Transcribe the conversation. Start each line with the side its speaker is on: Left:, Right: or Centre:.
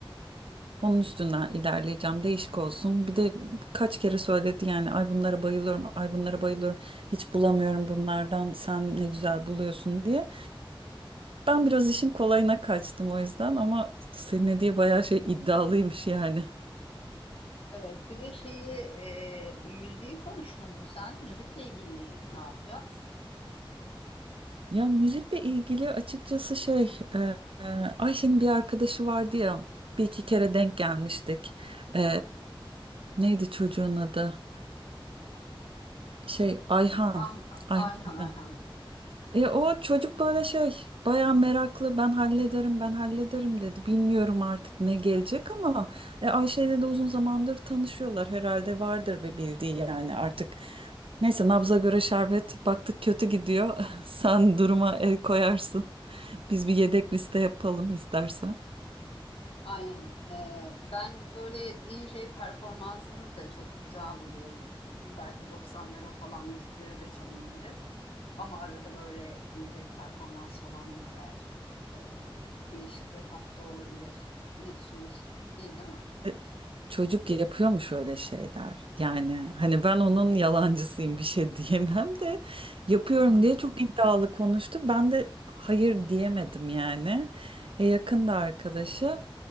Right: onun üstünden ilerleyeceğim. Değişik olsun. Bir de kaç kere söyledi yani ay bunlara bayılıyorum, ay bunlara bayılıyorum. Hiç bulamıyorum bunlardan. Sen ne güzel buluyorsun diye. Ben biraz işin kolayına kaçtım o yüzden ama senin hediye bayağı şey iddialıymış yani.
Left: Evet, bir de şeyi e, müziği konuştun mu sen? Müzikle ilgili ne yapacağız?
Right: Ya müzikle ilgili açıkçası şey e, e, Ayşe'nin bir arkadaşı vardı ya bir iki kere denk gelmiştik. E, neydi çocuğun adı? Şey Ayhan.
Left: Ah,
Right: Ayhan.
Left: Ayhan, Ayhan.
Right: E, o çocuk böyle şey bayağı meraklı ben hallederim ben hallederim dedi. Bilmiyorum artık ne gelecek ama e, Ayşe ile de uzun zamandır tanışıyorlar herhalde vardır bir bildiği yani artık. Neyse nabza göre şerbet baktık kötü gidiyor. <laughs> Sen duruma el koyarsın. Biz bir yedek liste yapalım istersen.
Left: Aynen. E, ben böyle DJ performansını da çok güzel buluyorum. Belki doksanların falan müzikleri de çalınabilir. Ama arada böyle DJ performans falan da girer. E, değişik ve tatlı olabilir. Ne düşünüyorsun? İyi değil mi?
Right: E, Çocuk yapıyor mu şöyle şeyler? Yani hani ben onun yalancısıyım bir şey <laughs> diyemem de yapıyorum
Left: Hmm.
Right: diye çok iddialı konuştu. Ben de hayır diyemedim yani. E, yakında arkadaşı.